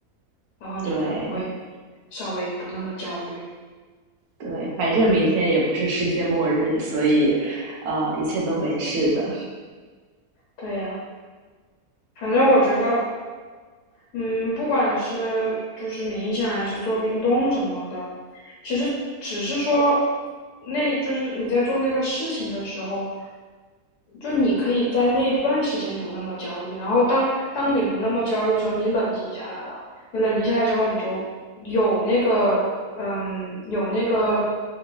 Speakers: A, on the left; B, on the right.
A: 然后你就可能会
B: 对
A: 稍微不那么焦虑。
B: 对，反正明天也不是世界末日，所以呃一切都没事的。
A: 对呀、反正我觉得，嗯，不管是就是冥想还是做运动什么的，其实只是说，那就是你在做那个事情的时候，就你可以在那段时间不那么焦虑，然后当当你不那么焦虑之后，你冷静下来了，你冷静下来之后，你就有那个嗯，有那个